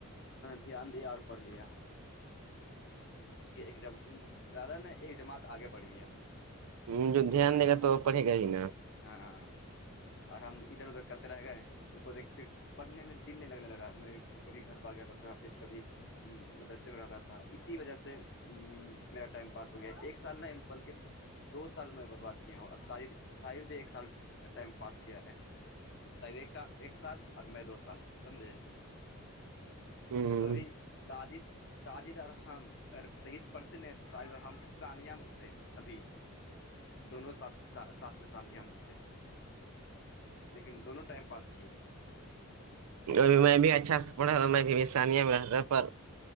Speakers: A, on the left (about 50°); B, on the right (about 80°).
A: دھیان دیا اور پڑھ لیا یہ ایک زیادہ نا ایک جماعت آگے بڑھ گئی
B: ہ جو دھیان دے گا تو پڑھے گا ہی نا
A: ہاں اور ہم ادھر ادھر کرتے رہ گئے ہم کو دیک پھر پڑھنے میں دل نہیں لگنے لگا میں کبھی گھر بھاگ جاتا تھا پھر کبھی مدرسے میں رہتا تھا اسی وجہ سے میرا ٹائم پاس ہو گیا ایک سال نہیں بلکہ دو سال میں برباد کیا ہوں اور شاید شاید بھی ایک سال ٹائم پاس کیا ہے شاید ایک ایک سال اور میں دو سال سمجھے
B: ہ
A: توبھی ساجد ساجد الحم اگر صحیح سے پڑھتے نہیں تو ساجد الحم ثانیا میں ہوتے ہیں ابھی دونوں ساتھ ساتھ میں سانیام ہوتے لیکن دونوں ٹائم پاس کیے ہیں ایک
B: اور
A: نہ ہے
B: میں
A: دونوں
B: بھی اچھا سے پڑھا رہا میں بھیشانی میں رہتا پر